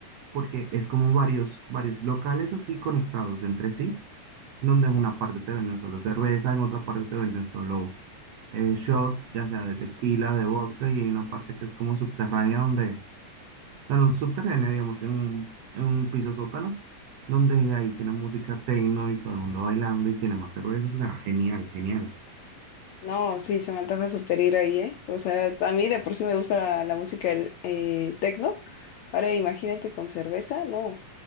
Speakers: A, on the right (about 65°); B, on the left (about 75°).
A: porque es como varios, varios locales así conectados entre sí, donde en una parte te venden solo cerveza, en otra parte te venden solo eh, shots, ya sea de tequila, de vodka, y hay una parte que es como subterránea donde, o sea, no subterránea, digamos que en un, en un piso sótano, donde ahí tienen música techno y todo el mundo bailando y tiene más cervezas, o sea, genial, genial.
B: No, sí, se me antoja super ir ahí, ¿eh? O sea, a mí de por sí me gusta la, la música el- eh, tecno. Ahora imagínate con cerveza, no,